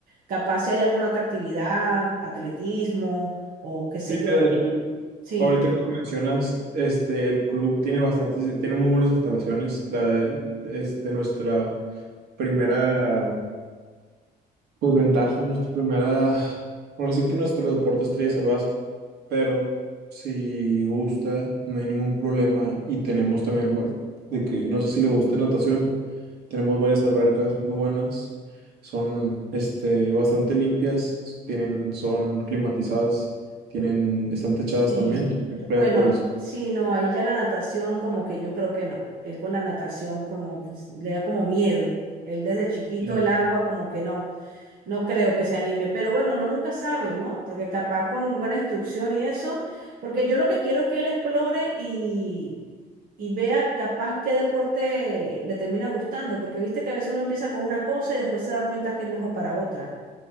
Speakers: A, on the right; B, on the right.
A: capaz si hay alguna otra actividad, atletismo o qué sé
B: Sí,
A: yo.
B: mira, de hecho,
A: Sí,
B: ahorita que lo mencionas, este, el club tiene bastantes, tiene muy buenas instalaciones. La, este, nuestra primera Pues ventaja, nuestra primera. Ahora sí que nuestro deporte estrella es el básquet, pero si gusta, no hay ningún problema. Y tenemos también va- de que, no sé si le gusta natación, tenemos varias albercas muy buenas, son este, bastante limpias, tienen, son climatizadas, tienen, están techadas
A: sí.
B: también, no hay problema
A: Bueno,
B: por el sol.
A: sí, no, ahí ya la natación como que yo creo que no. Él con la natación como pues, le da como miedo. Él desde chiquito
B: No.
A: el agua como que no. No creo que se anime, pero bueno, no nunca sabe, ¿no? Porque capaz con buena instrucción y eso, porque yo lo que quiero es que él explore y, y vea capaz qué deporte le termina gustando, porque viste que a veces uno empieza con una cosa y después se da cuenta que es mejor para otra.